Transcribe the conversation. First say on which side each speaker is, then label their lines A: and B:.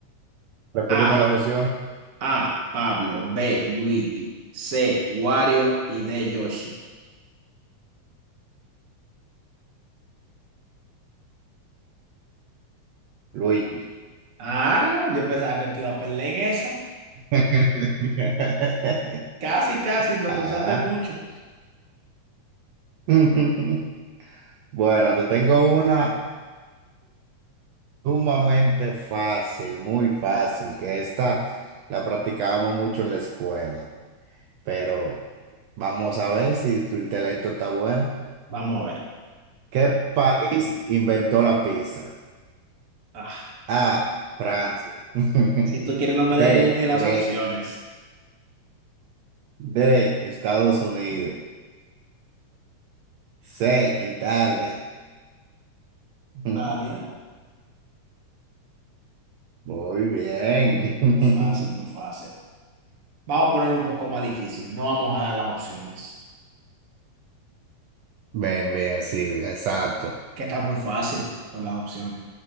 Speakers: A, on the right; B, on the right.
A: repíteme
B: A.
A: las opciones.
B: A. Pablo. B. Luigi. C. Wario y D. Yoshi.
A: Luigi.
B: Ah, yo pensaba que te iba a perder en esa.
A: <laughs>
B: Casi, casi, lo
A: Ah.
B: pensaste mucho.
A: <laughs> Bueno, te tengo una Sumamente fácil, muy fácil, que esta la practicábamos mucho en la escuela, pero vamos a ver si tu intelecto está bueno.
B: Vamos a ver.
A: ¿Qué país inventó la pizza?
B: Ah,
A: A, Francia. <laughs>
B: si tú quieres, no me
A: B,
B: des ni las
A: Grecia.
B: opciones.
A: D, Estados Unidos. C, Italia. <laughs>
B: Talia.
A: Muy bien.
B: No, Muy fácil, muy fácil.
A: <laughs>
B: Vamos a poner un poco más difícil. No vamos a dar las opciones,
A: Bien, bien, sí, exacto.
B: que está muy fácil con las opciones.